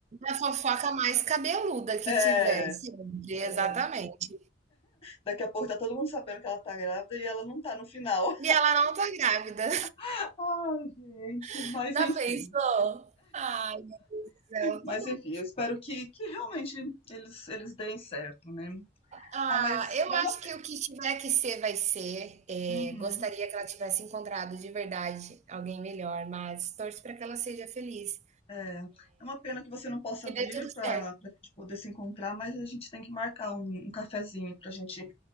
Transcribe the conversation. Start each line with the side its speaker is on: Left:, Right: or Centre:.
Right: A fofoca mais cabeluda que
Left: é,
Right: tivesse, exatamente.
Left: é, daqui a pouco tá todo mundo sabendo que ela tá grávida e ela não tá no final.
Right: E ela não tá grávida.
Left: <laughs> Ai, gente,
Right: <laughs>
Left: mas
Right: Já
Left: enfim.
Right: pensou? Ai, céu,
Left: Mas
Right: tô
Left: enfim, eu espero que, que realmente eles, eles deem certo, né?
Right: Ah,
Left: Ah, mas
Right: eu
Left: é
Right: acho
Left: uma pena.
Right: que o que tiver que ser, vai ser. É,
Left: Uhum.
Right: gostaria que ela tivesse encontrado de verdade alguém melhor, mas torço para que ela seja feliz,
Left: É, é uma pena que você não possa
Right: que
Left: vir
Right: dê tudo
Left: para
Right: certo.
Left: a gente poder se encontrar, mas a gente tem que marcar um, um cafezinho para a gente